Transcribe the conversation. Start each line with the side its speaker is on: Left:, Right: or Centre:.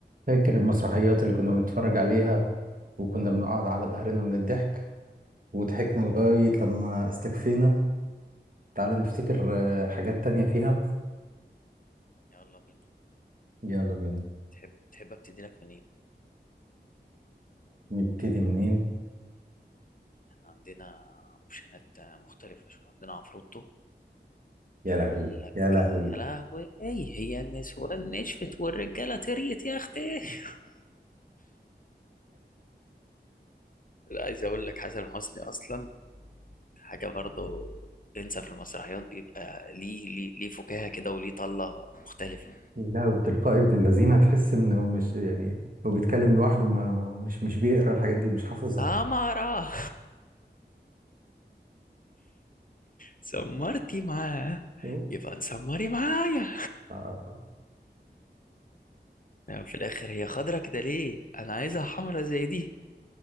Right: فاكر المسرحيات اللي كنا بنتفرج عليها وكنا بنقعد على ظهرنا من الضحك وضحكنا لغاية لما استكفينا تعال نفتكر آه، حاجات تانية فيها
Left: يلا بينا
Right: يلا بينا
Left: تحب تحب ابتدي لك منين
Right: نبتدي منين
Left: احنا عندنا اوبشنات مختلفة شوية عندنا عفروتو
Right: يا لهوي
Left: قال لك
Right: يا لهوي
Left: يا لهوي ايه هي النسوان نشفت والرجالة تريت يا اختي <laughs> لا عايز اقول لك حسن حسني اصلا حاجة برضه تنسى في المسرحيات بيبقى ليه ليه ليه فكاهة كده وليه طلة مختلفة
Right: <laughs> لا وتلقائي ابن الذين تحس انه مش يعني هو بيتكلم لوحده ما مش مش بيقرا الحاجات دي مش حافظها
Left: سمرة سمرتي معاه
Right: شو؟
Left: يبقى تسمري معايا
Right: آه،
Left: يعني في الاخر هي خضرة كده ليه انا عايزها حمرة زي دي